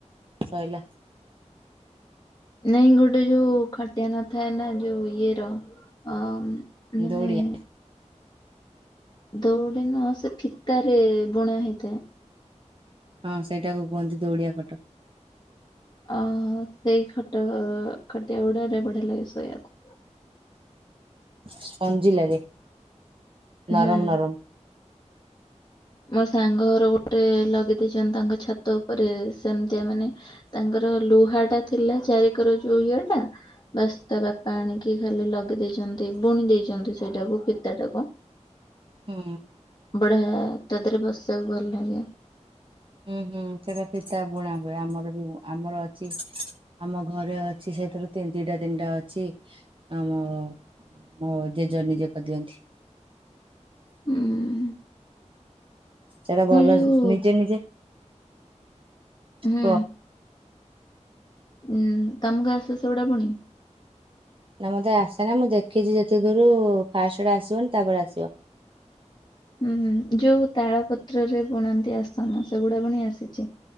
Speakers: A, on the right (about 45°); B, on the left (about 35°).
A: ଶଇଲା।
B: ନାଇଁ ଗୋଟେ ଯୋଉ ଖଟିଆ ନଥାଏ ନା ଯୋଉ ଇଏର ଅ ମାନେ
A: ଦୌଡିଆ
B: ଦୌଡି ନୁଅ ସେ ଫିତାରେ ବୁଣା ହେଇଥାଏ।
A: ହଁ ସେଇଟାକୁ କୁହନ୍ତି ଦୌଡିଆ ଖଟ।
B: ଆଉ ସେଇ ଖଟ ଖଟିଆ ଗୁଡାରେ ବଢିଆ ଲାଗେ ଶୋଇବାକୁ।
A: ସଞ୍ଜି ଲାଗେ ନରମ
B: ହୁଁ।
A: ନରମ।
B: ମୋ ସାଙ୍ଗ ଘର ଗୋଟେ ଲଗେଇ ଦେଇଛନ୍ତି ତାଙ୍କ ଛାତ ଉପରେ ସେମିତିଆ ମାନେ ତାଙ୍କର ଲୁହା ଟା ଥିଲା ଚାରିିକର ଯୋଉ ଇଏ ଟା ବାସ୍ ତା ବାପା ଆଣିକି ଖାଲି ଲଗେଇ ଦେଇଚନ୍ତି ବୁଣି ଦେଇଚନ୍ତି ସେଇଟାକୁ ଫିତା ଟାକୁ।
A: ହୁଁ
B: ବଢିଆ ତା ଦେହରେ ବସିବାକୁ ଭଲ ଲାଗେ
A: ହୁଁ ହୁଁ ସେଇଟା ଫିତା ବୁଣା ହୁଏ ଆମର ବି ଆମର ଅଛି ଆମ ଘରେ ଅଛି ସେଥିରୁ ତିନି ଦିଟା ତିନିଟା ଅଛି ଆମ ମୋ ଜେଜ ନିଜେ କରି ଦିଅନ୍ତି
B: ହୁଁ
A: ସେଟା ଭଲ
B: ଯୋଉ
A: ନିଜେ ନିଜେ
B: ହୁଁ
A: କୁହ
B: ଉଁ ତମକୁ ଆସେ ସେଗୁଡା ବୁଣି
A: ନା ମତେ ଆସେନା ମୁଁ ଦେଖିଛି ଯେତେ ଦୂରୁ ଫାଷ୍ଟ ଆଡେ ଆସିବନି ତାପରେ ଆସିବ।
B: ହୁଁ ହୁଁ ଯୋଉ ତାଳ ପତ୍ରରେ ବୁଣନ୍ତି ଆସନ ସେଗୁଡା ବୁଣି ଆସି